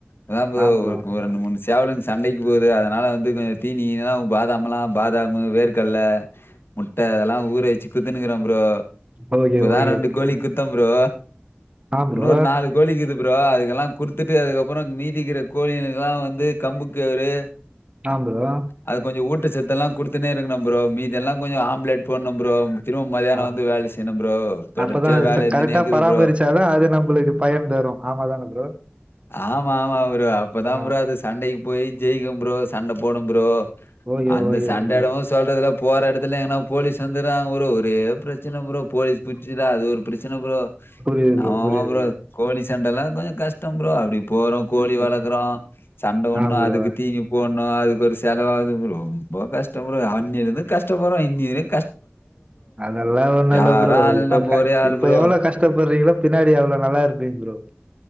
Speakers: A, on the left; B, on the right.
A: அதா ப்ரோ
B: ஆ
A: ஒரு
B: ஆ ப்ரோ
A: ரெண்டு மூணு சேவலுங் சண்டைக்கு போது அதனால வந்து கொஞ்சோ தீனீ கீனி பாதாம்லா பாதா மு வேர்கல்ல முட்ட அதெல்லா ஊற வச்சி குட்த்துன்னுக்ற ப்ரோ
B: ஓகே
A: இப்பதா
B: ஓகே
A: ரெண்டு
B: ப்ரோ
A: கோழி குட்த்த ப்ரோ
B: ஆ ப்ரோ
A: இன்னு ஒரு நாலு கோழி இக்கிது ப்ரோ அதுக்கெல்லா குடுத்துட்டு அதுக்கப்றோ மீதிக்கிற கோழியனுகெல்லா வந்து கம்பு கவுரு
B: ஆ ப்ரோ
A: அதுக் கொஞ்சோ ஊட்ட சத்தெல்லா குடுத்துனே இருக்கணு ப்ரோ மீதியெல்லா கொஞ்சோ ஆம்லெட் போனு ப்ரோ திரும்ப மதியானோ
B: ஆ
A: வந்து வேல செய்யணு ப்ரோ தொடர்ச்சியா
B: அப்பதா
A: வேல
B: ச
A: இருந்துனே
B: கரெக்டா
A: இருக்குது
B: பராமரிச்சாதா
A: ப்ரோ
B: அது நம்புளுக்கு பயன் தரு ஆமா தான ப்ரோ
A: ஆமா ஆமா ப்ரோ அப்பதா
B: ஆ
A: ப்ரோ அது சண்டைக்கு போய் ஜெயிக்கு ப்ரோ சண்ட போடு ப்ரோ
B: ஓகே
A: அந்த
B: ஓகே
A: சண்டயிடவு
B: ப்ரோ
A: சொல்றதுல போற எடத்துல எங்கனா போலீஸ் வந்துறாங்க ப்ரோ ஒரே பிரச்சன ப்ரோ போலீஸ் புட்ச்சுதா அது ஒரு பிரச்சன ப்ரோ
B: புரியுது
A: நா ஆமா
B: புரியுது
A: ஆமா ப்ரோ கோழி சண்டெல்லா தா கஷ் ட ப்ரோ அப்டி போறோ கோழி
B: ப்ரோ
A: வளக்குறோ சண்ட போனு
B: ஆ ப்ரோ
A: அதுக்கு தீனி போ னு அதுக்கு ஒரு செலவாவது இப்ப ரொம்ப கஷ்டோ ப்ரோ அன்னைலருந் கஷ்ட்ட பறோ இன்னிவரியு
B: அதெல்லா ஒண்ணுல்ல
A: யாரும்
B: ப்ரோ
A: ஆள்
B: இப்ப
A: இல்ல நம்ப ஒரே ஆள்
B: இப்ப
A: ப்ரோ.
B: எவ்ளோ கஷ் ட பறீங்ளோ பின்னாடி அவ்ளோ நல்லாருப்பீங் ப்ரோ